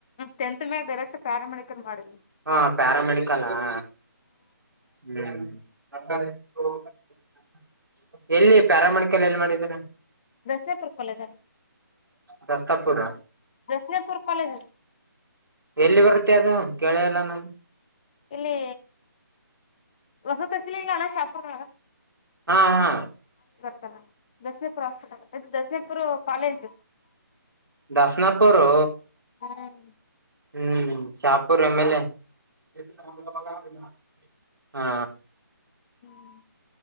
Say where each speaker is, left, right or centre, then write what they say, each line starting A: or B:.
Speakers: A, on the left; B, on the right.
A: ಟೆಂತ್ ಮೇಲೆ <unintelligible> ಪ್ಯಾರಾಮೆಡಿಕಲ್ ಮಾಡು.
B: ಹ್ಮ್ ಪಾರಾಮೆಡಿಕಲ್ ಲಾ ಹ್ಮ್. <unintelligible> ಎಲ್ಲಿ ಪ್ಯಾರ ಮೆಡಿಕಲ್ ಎಲ್ಲಿ ಮಾಡಿದೀರ
A: ದಸ್ನಾಪುರ್ ಕ್ವಾಲೇಜ
B: ದಸ್ತಾಪುರ
A: ದಸ್ನಪುರ್ ಕ್ವಾಲೇಜ.
B: ಎಲ್ಲಿ ಬರುತ್ತೇ ಅದು ಕೇಳೆ ಇಲ್ಲಾ ನಾನ್.
A: ಇಲ್ಲಿ ಹೊಸತ್ಸಲಿಲ್ಲನ ಶಾಪುರ್ ಒಳಗ.
B: ಹಾ ಹಾ.
A: ತ್ತಲಾ. ದಸ್ನೆಪುರ ಹ್ವಾಸ್ಪಿಟಲ ಇದುದಸ್. ತ್ರಿಪುರು ಕ್ವಾಲೇಜ್.
B: ದಾಸ್ನಾಪುರು.
A: ಹ್ಹೊನ್.
B: ಹ್ಮ್ ಚಾಪೂರ್ ಎಮ್ ಎಲ್ ಎ. <unintelligible> ಹಾ.
A: ಹ್ಮ್.